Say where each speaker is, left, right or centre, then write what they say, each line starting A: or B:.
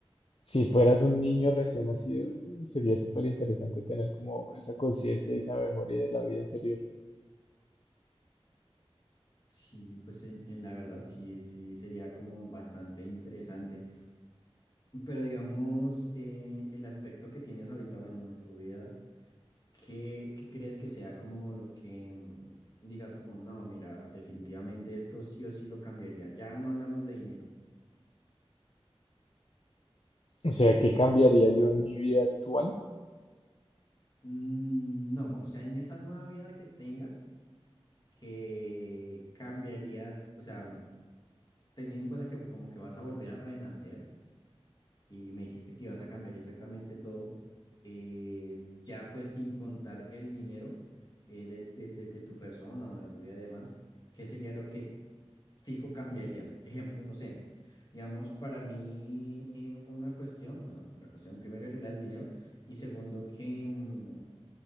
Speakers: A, on the left; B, on the left.
A: Si fueras un niño recién nacido, sería súper interesante tener como esa conciencia y esa memoria de la vida anterior.
B: Sí, pues en, en la verdad sí, sí sería como bastante interesante. Pero digamos, eh, el aspecto que tienes ahorita, bueno, de tu vida, ¿qué, qué crees que sea como lo que mm, digas como, no, mira, definitivamente esto sí o sí lo cambiaría? Ya no hablamos de dinero.
A: O sea, ¿qué cambiaría yo en mi vida actual?
B: Mm, No, o sea, en esa nueva vida que tengas, que cambiarías, o sea, teniendo en cuenta que como que vas a volver a renacer. y me dijiste que ibas a cambiar exactamente todo, eh, ya pues sin contar el dinero eh, de, de- de- de tu persona o de tu vida y demás, ¿qué sería lo que fijo cambiarías? Ejemplo, no sé, digamos, para mí eh, una cuestión, bueno, la cuestión primero era la del dinero y segundo que, mm,